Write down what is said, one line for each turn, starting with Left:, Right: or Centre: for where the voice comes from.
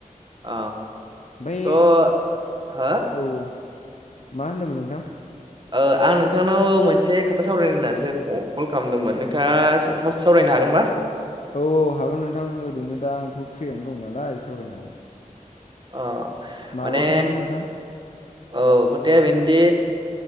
Right: अ
Left: ओमफ्राय
Right: औ हो
Left: औ औ मा होनदोंमोन नोंथां?
Right: ओ आं नोंथांनाव मोनसे खोथा सावरायनो होननासो कल खालामदोंमोन नोंथाङा सा सावरायना हागोनबा
Left: औ औ हागोन नोंथां ओरैनो दा आंथ' फ्रियावनो दं नालाय सावरायनो हागोन
Right: अ
Left: माबा
Right: माने
Left: खोथामोन नोंथां
Right: औ खोथाया बेनोदि